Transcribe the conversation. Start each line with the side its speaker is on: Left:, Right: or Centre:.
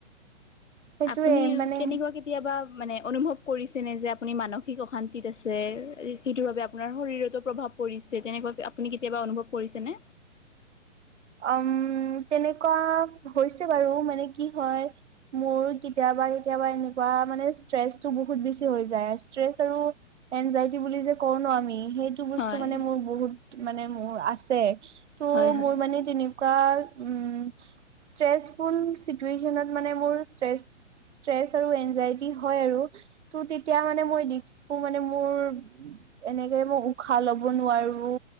Right: সেইটোয়ে
Left: আপুনি
Right: মানে
Left: তেনেকুৱাকে কেতিয়াবা মানে অনুভৱ কৰিছেনে যে আপুনি মানসিক অশান্তিত আছে, সেইটোৰ বাবে আপোনাৰ শৰীৰতো প্ৰভাৱ পৰিছে, তেনেকুৱাকে আপুনি কেতিয়াবা অনুভৱ কৰিছে নে?
Right: উম, তেনেকুৱা হৈছে বাৰু, মানে কি হয় মোৰ কেতিয়াবা কেতিয়াবা এনেকুৱা মানে ষ্ট্ৰেছটো বহুত বেছি হৈ যায়, ষ্ট্ৰেছ আৰু এনজাইটি বুলি যে কওঁ ন, আমি সেই সেইটো বস্তু
Left: হয়
Right: মানে মোৰ বহুত মানে মোৰ আছে, ত'
Left: হয় হয়
Right: মোৰ মানে তেনেকুৱা, উম, ষ্ট্ৰেছ ফুল চিটোয়েচনত মানে মোৰ ষ্ট্ৰেছ ষ্ট্ৰেছ আৰু এনজাইটি হয় আৰু, ত' তেতিয়া মানে মই দেখোঁ মানে মোৰ এনেকে মই উশাহ ল'ব নোৱাৰো,